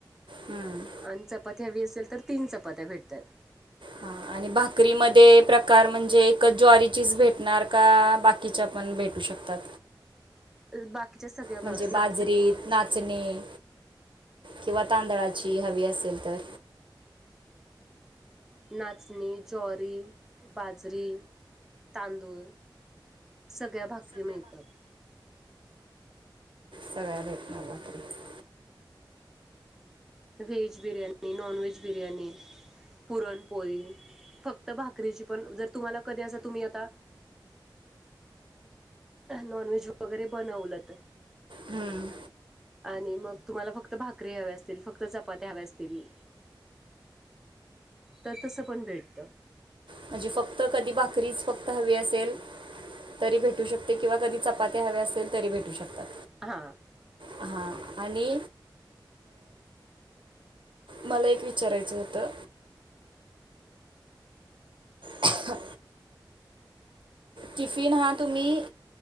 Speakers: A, on the right; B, in the centre.
A: हम्म
B: आणि चपात्या हवी असेल तर तीन चपात्या भेटतात
A: हां आणि भाकरीमध्ये प्रकार म्हणजे एकच ज्वारीचीच भेटणार का बाकी ण भेटू शकतात
B: अ, बाकीच्या सगळ्या भा
A: म्हणजे
B: नाचणी,
A: बाजरी तांदूळ नाचणी किंवा तांदळाची हवी असेल तर
B: नाचणी जरी बाजरी तांदूळ सगळ्या भाकरी मिळतात
A: सगळ्यां घेतणार बापरी आहे
B: veg biryani non veg biryani पुरणपोळी फक्त भाकरीची पण जर तुम्हाला कधी असं तुम्ही आता नॉन व्हेज वगैरे बनवलं तर
A: हम्म
B: आणि मग तुम्हाला फक्त भाकरी हवीया असतील फक्त चपात्या हव्या असतील तर तसं पण भेटतं
A: म्हणजी फक्त कधी भाकरीच फक्त हवी असेल तरी भेटू शकते किंवा कधी चपात्या हवे असेल तरी भेटू शकतात
B: हां
A: हां आणि मला एक विचारायचं होतं ह टिफिन हा तुम्ही